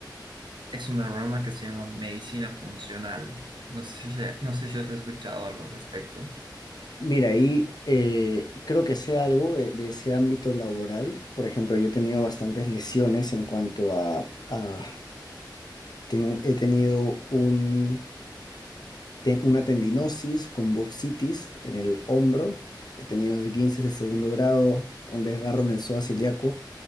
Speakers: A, on the right; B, on the left.
A: Es una rama que se llama medicina funcional. No sé si, se- no sé si has escuchado algo al respecto.
B: Mira, ahí eh, creo que sé algo de, de ese ámbito laboral. Por ejemplo, yo he tenido bastantes lesiones en cuanto a... a- ten- he tenido un... ten- una tendinosis con bursitis en el hombro, he tenido esguinces de segundo grado, un desgarro en el psoas ilíaco